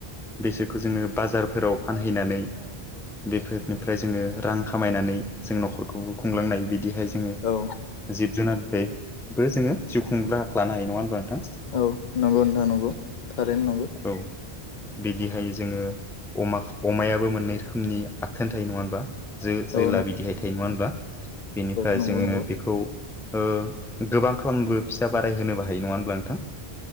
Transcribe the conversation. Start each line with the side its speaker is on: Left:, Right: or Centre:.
Centre: बेसोरखौ जोङो बाजारफोराव फानहैनानै बेफोरनिफ्राय जोङो रां खामायनानै जों न'खरखौबो खुंलांनाय बिदिहाय जोङो
Left: औ
Centre: जिब-जुनारनिफ्रायबो जोङो जिउ खुंनो राहाखौ लानो हायो नङा होनबा नोंथां।
Left: औ नंगौ नथां नंगौ थारैनो नंगौ।
Centre: औ बिदिहाय जोङो अमा अमायाबो मोननै रोखोमनि आथोन थायो नङा होम्बा। जो जोला
Left: औ
Centre: बिदिहाय थायो नङा होनबा। बेनिफ्राय
Left: नंगौ
Centre: जोङो
Left: नोंथां
Centre: बेखौ ओ गोबां खालामबो <unintelligible> बाराय होनोबो हायो नङा होमब्ला नोंथां।